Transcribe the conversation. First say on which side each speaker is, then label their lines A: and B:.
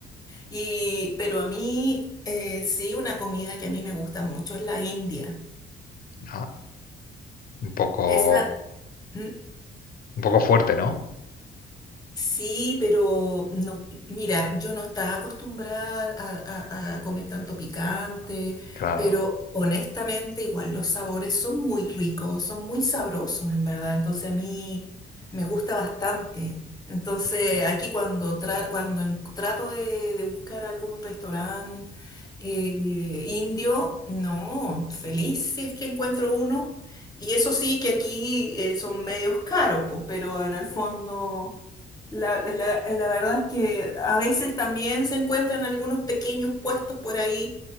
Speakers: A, on the left (about 20°); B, on the left (about 45°).
A: Y, pero a mí, eh, sí, una comida que a mí me gusta mucho es la India.
B: Ah, un poco,
A: Esa, ¿Mm?
B: un poco fuerte, ¿no?
A: Sí, pero no, mira, yo no estaba acostumbrada a, a- a comer tanto picante,
B: Claro.
A: pero honestamente igual los sabores son muy ricos, son muy sabrosos en verdad, entonces a mí me gusta bastante. Entonces
B: Muy bien.
A: aquí cuando, tra- cuando en- trato de, de buscar algún restaurante eh, indio, no, feliz si es que encuentro uno. Y eso sí que aquí eh, son medios caros, pues, pero en el fondo... La, la- la verdad es que a veces también se encuentran algunos pequeños puestos por ahí